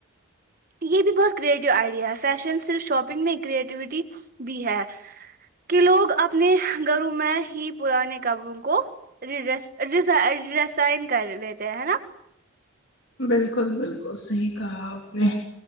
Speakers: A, on the right; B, on the left.
A: یہ بھی بہت کریٹو آئیڈیا ہے فیشن صرف شاپنگ نہیں کریٹیوٹی بھی ہے کہ لوگ اپنے گھروں میں ہی پرانے کپڑوں کو رڈریسڈریس سائن کر لیتے ہے نا
B: بالکل بالکل صحیح کہا آپ نے